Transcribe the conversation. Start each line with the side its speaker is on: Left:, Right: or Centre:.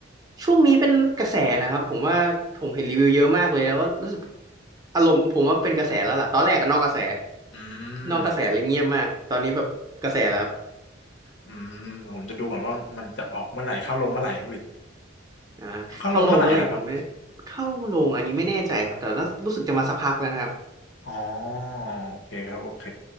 Right: ช่วงนี้เป็นกระแสนะครับผมว่าผมเห็นรีวิวเยอะมากเลยแล้วก็รู้สึกอารมณ์ผมว่าเป็นกระแสแล้วล่ะตอนแรกก็นอกกระแส
Left: อื
Right: นอกกระแสเลยเงียบมากตอนนี้แบบกระแสแล้วครับ
Left: มอืมผมจะดูก่อนว่ามันจะออกเมื่อไหร่เข้าลงเมื่อไหร่พี่วิทย์
Right: อ่าเข้าลงเมื่อไหร่ผมไม่
Left: เข้าลงเมื่อไหร่เหรอครับ
Right: เข้าลงอันนี้ไม่แน่ใจครับแต่ว่ารู้สึกจะมาสักพักแล้วนะครับ
Left: อ๋อโอเคครับโอเค